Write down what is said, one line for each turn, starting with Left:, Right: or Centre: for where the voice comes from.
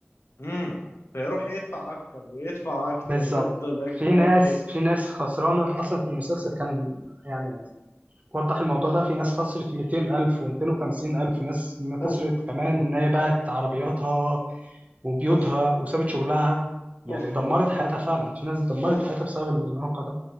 Left: امم فيروح يدفع اكتر ويدفع اكتر
Right: بالظبط
Left: ويفضل أكتر.
Right: في ناس
Left: اوكي
Right: في ناس خسرانة اصلا في المسلسل كان يعني وضح الموضوع ده في ناس خسرت 200,000 و250,000 ناس
Left: اوف
Right: خسرت كمان إن هي باعت عربياتها وبيوتها
Left: اوف
Right: وسابت شغلها يعني
Left: اوف
Right: دمرت
Left: اوف
Right: حياتها فعلا في ناس دمرت
Left: اوف
Right: حياتها بسبب الواقع ده